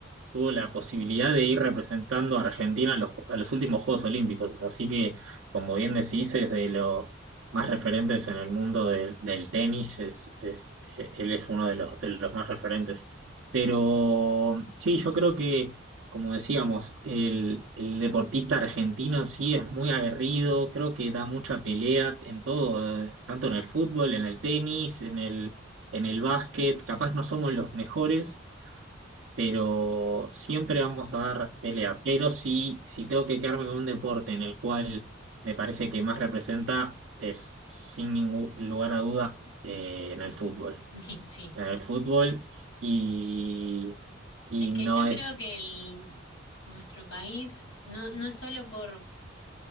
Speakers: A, on the right; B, on the left.
A: tuvo la posibilidad de ir representando a Argentina a los, a los últimos Juegos Olímpicos. Así que, como bien decís, es de los más referentes en el mundo del del tenis. Es, es, e, él es uno de los, de los más referentes. Pero sí, yo creo que, como decíamos, el, el deportista argentino sí es muy aguerrido. Creo que da mucha pelea en todo, eh, tanto en el fútbol, en el tenis, en el en el básquet, capaz no somos los mejores, pero siempre vamos a dar pelea. Pero si, si tengo que quedarme con un deporte en el cual me parece que más representa, es sin ningún lugar a duda eh,
B: el fútbol.
A: en el fútbol.
B: <laughs> Y sí,
A: En el fútbol y, y
B: es que
A: no
B: yo
A: es
B: creo que el, nuestro país no, no es solo por,